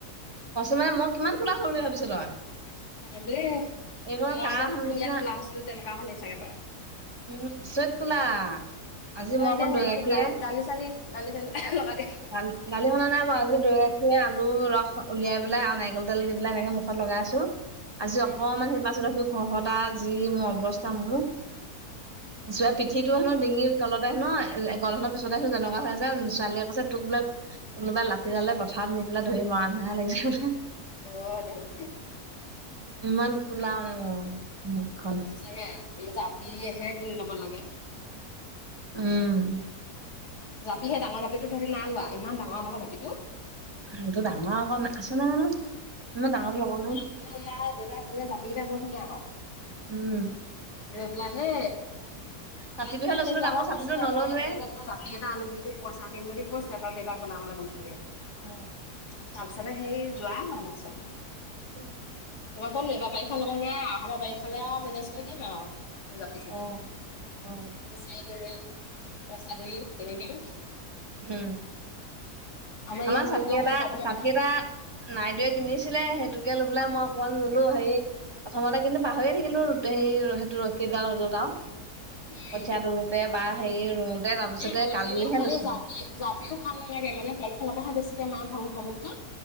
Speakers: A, on the right; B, on the left.
A: কছে মানে মই কিমান খোলা হ'ল বুলি ভাবিছ তই।
B: অঁ দেই
A: এইকণ
B: মই
A: কাৰ
B: যে প্ৰথম
A: নিচিনা
B: ইয়াত ক'লা হৈছিলো তেনেকুৱা হ'লি চাগে তই।
A: উমঁ আচৰিত কোলা। আজি
B: তই
A: মই
B: এতিয়া
A: অকণ
B: হেৰি
A: দৈ গাখীৰে
B: দালি চালি দালি চালি লগাই দিম-
A: দালি দালি সনা নাই বাৰু আজি দৈ গাখীৰ আলু ৰস উলিয়াই পেলাই আৰু নাৰিকল তেল দি পেলাই এনেকে মূখ- ফোন লগাই আছো। আজি অকমান
B: উম
A: সেই পাছত তি খহতা যি মোৰ অৱস্থা মোৰ। যয়া পিঠিটো হেনো ডিঙিৰ তলতে হেনো এ গলধনৰ পিছতে হেনো যেনেকুৱা হৈ আছে। যে ছোৱালীয়ে কৈছে তোক বোলে কোনোবা লাঠিডালে পথাৰত নি পেলাই ধৰি মৰা নিচিনাহে লাগিছে বোলে। হো
B: অ', দেহি
A: ইমান কোলা মানে ম মুখখন।
B: চাগে জাপিহে কিনি ল'ব লাগে।
A: উমঁ!
B: জাপি সেই ডাঙৰ জাপিটো তহঁতি না লোৱা ইমান ডাঙৰ আমাৰৰ আক জাপিটো।
A: সিহঁতৰ ডাঙৰ আকৌ আছে নাই জানো ইমান ডাঙৰটো ল'ব নোৱাও।
B: ইয়াৰ ইয়াৰ দেউতা বনোৱা জাপি কেইটা বৰ ধুনীয়া ক।
A: উমঁ।
B: লৈ পেলাই হে
A: ছাতিটোহে
B: আইটু বা
A: লৈছিলো
B: সেইটো
A: তাকো
B: আৰু
A: ছাতিটো
B: কৈছিলে।
A: নললোৱে
B: তই জাপি এটা আনিবি তোক পইচা দিম বুলি কৈছে তই দেউতাক বনাবলৈ ক'ম বুলি।
A: আঁহ'।
B: তাৰপিছতে সেই যোৱাই হোৱা নাইচোন।
A: হেলৌ!
B: এবাৰ কতনো বাৰিষা ল'ব নোৱাৰা আমা বাৰিষালে আৰু মেনেজ কৰি দিম আও। জাপি চাপি
A: অ অ অ
B: বিচাৰি দিম ইয়াত পইচা দিবি কিনি দিম।
A: হোম!
B: আমাৰ
A: আমৰ
B: ইয়াত জাপিবিলাক
A: ছাতি এটা
B: সেই ল'বলৈ
A: ছাতি
B: ভাল
A: এটা - নাইদেৱে কিনিছিলে সেইটোকে মই অকমান ললোঁ হেৰি- প্ৰথমতে কিন্তু পাহৰি থাকিলো সে সেইটো ৰকিদাল ৰ'দত আও-
B: উম
A: কঠিয়া তোলোতে বা হেৰি ৰুওঁতে তাৰ পিছতে
B: এই ৰ'দ
A: কালিহে
B: দিলে খালি
A: লৈছোঁ।
B: জাপি জাপিও ভাল নালাগে মানে তলফলতহে বেছিকে মাৰে ভামুক ভামুকে।